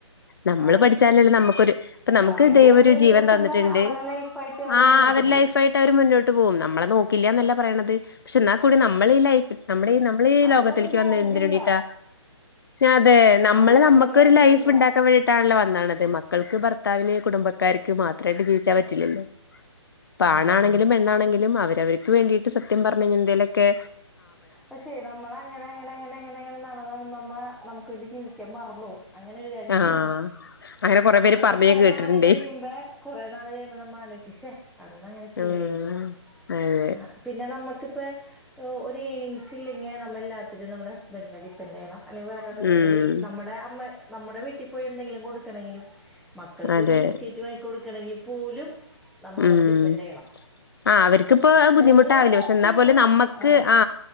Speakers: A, on the left (about 50°); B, in the centre.
A: നമ്മള്
B: അതെ
A: പഠിച്ചാലല്ലെ നമുക്കൊരു നമുക്ക്
B: അവര്
A: ദൈവം ഒരു ജീവൻ
B: ഇതെത്തുമ്പോ
A: തന്നിട്ടുണ്ട്
B: അവരെ ലൈഫായിട്ട് അവര്
A: ആ
B: മുന്നോട്ട്
A: അവരുടെ
B: പോകും
A: ലൈഫ് ആയിട്ട് അവര് മുന്നോട്ട് പോവും നമ്മളെ നോക്കില്ലന്നല്ല റയണത് പക്ഷെ എന്നാൽ കൂടി നമ്മള് ഈ ലൈഫി നമ്മുടെ ഈ നമ്മൾ ഈ
B: അതിലൊന്നും
A: ലോകത്തിലേക്ക്
B: ഗ്യാരണ്ടി
A: വന്നത് എന്തിന്
B: ഇല്ല
A: വേണ്ടീട്ടാ അതെ നമ്മള്
B: അതിലൊന്നും
A: നമ്മുക്കൊരു
B: ഗ്യാരണ്ടി
A: ലൈഫ്
B: ഇല്ല
A: ഉണ്ടാക്കാൻ വേണ്ടിട്ടാണല്ലോ വന്നത് മക്കൾക്ക് ഭർത്താവിന് കുടുംബക്കാർക്ക് മാത്രമായിട്ട് ജീവിച്ചാ പറ്റില്ലല്ലോ പാണാണെങ്കിലും
B: ഉം
A: പെണ്ണാണെങ്കിലും അവ അവർക്ക് വേണ്ടി സത്യം പറഞ്ഞാലന്തേലൊക്കെ
B: പക്ഷെ നമ്മളങ്ങനെങ്ങനെങ്ങനെങ്ങനെ ന, ത നമ്മ നമുക്ക് വേണ്ടി ജീവിക്കാം വേണ്ടി മറന്ന് പോവും അങ്ങനെ ഒരു കാര്യണ്ട്
A: ആഹ് അങ്ങനെ കൊറെ പേര്
B: എന്നിട്ട്
A: പറഞ്ഞ്
B: കൊറേ
A: ഞാൻ കേട്ടിട്ടുണ്ടേ
B: നാള് കഴിയുമ്പ കൊറെ നാള് കഴിയുമ്പ നമ്മ ആലോക്കിച്ചേ അന്നങ്ങനെ ചെയ്യായിരുന്നു
A: ആഹ് അതെ
B: ആ പിന്നെ നമ്മുക്ക് പ ഒ ഓ ഒരു ഈണിംഗങ്സ് ഇല്ലെങ്ക നമ്മ എല്ലാരും നമ്മുടെ ഹസ്ബൻഡ് നെ ഡിപ്പെൻഡ് ചെയ്യണം അല്ലെങ്കിൽ വേറെ
A: ഉം
B: ഒരു വി നമ്മുടെ അമ്മ നമ്മുടെ വീട്ടിൽ പോയി എന്തെങ്കിലും കൊടുക്കണെങ്കിലും മക്കൾക്കൊരു
A: അതെ
B: ബിസ്ക്കറ്റ് വാങ്ങിക്കൊടു ക്കണെങ്കിൽ പോലും നമ്മ
A: ഉം
B: അവരെ ഡിപ്പെൻഡ് ചെയ്യണം
A: ആ അവർക്കിപ്പ ബുദ്ധിമുട്ടാവില്ല
B: തരുന്നോരൊക്കെയാണ്
A: പക്ഷെ എന്നാ പോലും നമ്മക്ക്
B: ആഹ്
A: ആ